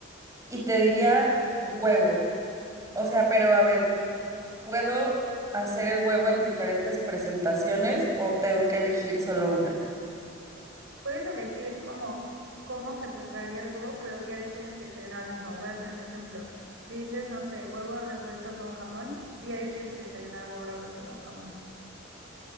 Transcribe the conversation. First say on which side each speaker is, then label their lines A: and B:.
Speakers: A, on the right (about 15°); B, on the right (about 75°).
A: y te diría huevo. O sea, pero a ver, ¿puedo hacer el huevo en diferentes presentaciones o tengo que elegir solo una?
B: Puedes elegir como cómo se prepararía el huevo, pero diario tienes que desayunar el mismo. Voy a hacer un ejemplo. Si dices, no sé, huevo revuelto con jamón, diario tienes que desayunar huevo revuelto con jamón.